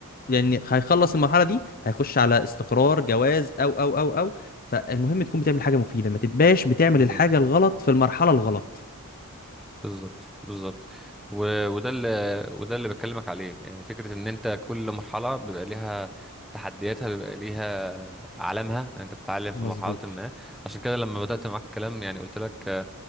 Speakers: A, on the left; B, in the centre.
A: لان هيخلص المرحله دي هيخش على استقرار جواز او او او او فالمهم تكون بتعمل حاجه مفيده ما تبقاش بتعمل
B: بالظبط
A: الحاجه الغلط في المرحله الغلط
B: بالظبط بالظبط و... وده اللي وده اللي بكلمك عليه يعني فكرة إن أنت كل مرحلة بيبقى ليها تحدياتها بيبقى ليها عالمها أنت بتتعلم في
A: مظبوط
B: مرحلة ما عشان كده لما بدأت معاك الكلام يعني قلت لك